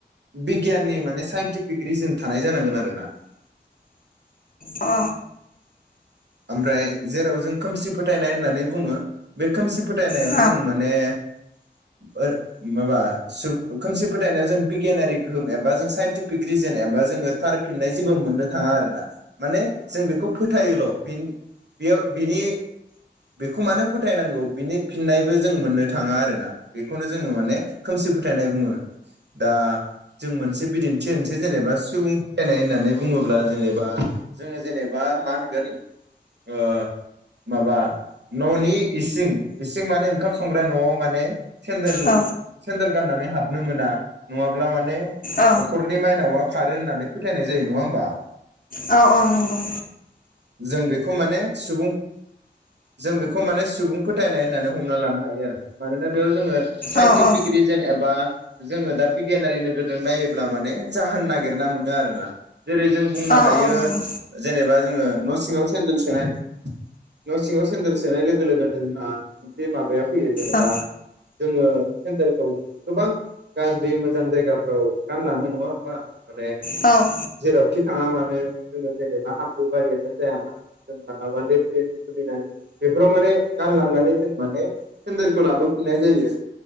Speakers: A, on the right (about 70°); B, on the left (about 50°).
A: बिगियाननि माने साइन्टिफिक रिजोन थानाय जानांगोन आरोना।
B: अ।
A: ओमफ्राय। जेराव जों खोमसि फोथायनाय होननानै बुङो बे खोमसि। फोथायनायाव
B: औ
A: जों माने। ओ माबा सुब खोमसि फोथायनायाव जों बिगियानारि गोहोम एबा जों साइन्टिफिक रिजोन एबा जोङो थारफिननाय जेबो मोननो थाङा आरो ना। माने जों बेखौ फोथायोल'। बिन बेयाव बिनि बेखौ मानो फोथायनांगौ बिनि फिननायबो जों मोननो थाङा आरोना। बेखौनो जोङो माने खोमसि फोथायनाय बुङो। <inaudible> दा जों मोनसे बिदिन थि होनोसै जेनेबा सुबुं फोथायनाय होननानै बुङोब्ला जेनेबा जोङो जेनेबा मा होनगोन। ओह माबा न'नि इसिं इसिं माने ओंखाम संग्रा न'आव माने। सेन्देल
B: औ
A: सेन्देल गाननानै हाबनो मोना नङाब्ला माने
B: औ
A: न'खरनि माइनावा खारो होननानै फोथायनाय जायो नङा ओमबा?
B: औ औ नंगौ
A: जों बेखौ माने सुबुं जों बेखौ माने सुबुं फोथायनाय होननानै हमना लानो हायो आरोना मानोना बेयाव जोङो साइन्टिफिक
B: औ औ
A: रिजोन एबा जोङो दा बिगियानारि नोजोरजों नायोब्ला माने जाहोन नागिरना मोनो आरोना जेरै जों बुंनो
B: औ
A: हायो
B: औ नंगौ
A: जेनेबा जोङो न' सिङाव सेन्देल सोनाय न' सिङाव सेन्देल सोनाय लोगो लोगोनो जोंहा मोनसे माबाया फैयो जेनेबा
B: औ
A: जोङो सेन्देलखौ गोबां गाज्रि मोजां जायगाफ्राव गानलाङो नङा होमबा माने
B: औ।
A: जेरावखि थाङा मानो जोङो जेनेबा हाम्रु बारियानो जाया मानो जों मालाबा लेथ्रिं खुलिनाय बेफोराव माने गानलांनानै जों माने सेन्देलखौ लाबोफिननाय जायो